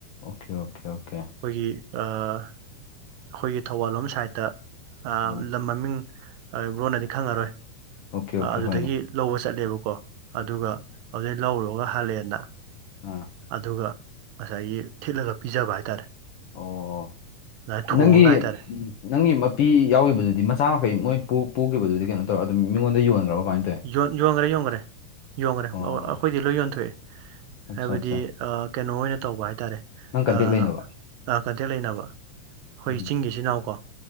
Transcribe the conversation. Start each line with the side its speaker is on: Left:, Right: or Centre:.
Left: ꯑꯣꯀꯦ ꯑꯣꯀꯦ ꯑꯣꯀꯦ
Right: ꯑꯩꯈꯣꯏꯒꯤ ꯑ ꯑꯩꯈꯣꯏꯒꯤ ꯊꯧꯕꯥꯜꯂꯣꯝ ꯁꯥꯏꯠꯇ ꯑ
Left: ꯑꯥ
Right: ꯂꯝ ꯃꯃꯤꯡ ꯑ ꯕ꯭ꯔꯣꯅꯗꯤ ꯈꯪꯉꯔꯣꯏ
Left: ꯑꯣꯀꯦ ꯑꯣꯀꯦ
Right: ꯑ ꯑꯗꯨꯗꯒꯤ
Left: ꯍꯣꯏꯅꯦ
Right: ꯂꯧꯕ ꯆꯠꯂꯦꯕꯀꯣ ꯑꯗꯨꯒ
Left: ꯑꯥ
Right: ꯑꯗꯨꯗꯩ ꯂꯧꯔꯨꯔꯒ ꯍꯜꯂꯛꯑꯦꯅ
Left: ꯎꯝ
Right: ꯑꯗꯨꯒ ꯉꯁꯥꯏꯒꯤ ꯊꯤꯠꯂꯒ ꯄꯤꯖꯕ ꯍꯥꯏꯇꯥꯔꯦ
Left: ꯑꯣ
Right: ꯑꯗꯨꯃꯥꯏꯅ ꯊꯣꯡꯉꯒ
Left: ꯅꯪꯒꯤ
Right: ꯍꯥꯏꯇꯥꯔꯦ
Left: ꯎꯝ ꯅꯪꯒꯤ ꯃꯄꯤ ꯌꯥꯎꯒꯤꯕꯗꯨꯗꯤ ꯃꯆꯥ ꯃꯈꯩ ꯃꯣꯏ ꯄꯣꯛ ꯄꯣꯛꯈꯤꯕꯗꯨꯗꯤ ꯀꯩꯅ ꯇꯧꯔꯒ ꯑꯗꯨꯝ ꯃꯤꯉꯣꯟꯗ ꯌꯣꯟꯈ꯭ꯔꯕ ꯀꯃꯥꯏꯅ ꯇꯧ
Right: ꯌꯣꯟ ꯌꯣꯟꯒ꯭ꯔꯦ ꯌꯣꯟꯒ꯭ꯔꯦ ꯌꯣꯡꯒ꯭ꯔꯦ
Left: ꯑꯣ
Right: ꯑ ꯑꯩꯈꯣꯏꯗꯤ ꯂꯣꯏ ꯌꯣꯟꯊꯣꯛꯑꯦ
Left: ꯑꯠꯆꯥ
Right: ꯍꯥꯏꯕꯗꯤ
Left: ꯑꯠꯆꯥ
Right: ꯑ ꯀꯩꯅꯣ ꯑꯣꯏꯅ ꯇꯧꯕ ꯍꯥꯏꯇꯥꯔꯦ
Left: ꯅꯪ ꯀꯟꯇꯦꯛ
Right: ꯑ
Left: ꯂꯩꯅꯕ
Right: ꯑ ꯀꯟꯇꯦꯛ ꯂꯩꯅꯕ ꯑꯩꯈꯣꯏ
Left: ꯎꯝ
Right: ꯆꯤꯡꯒꯤ ꯏꯆꯤꯟ ꯅꯥꯎꯀꯣ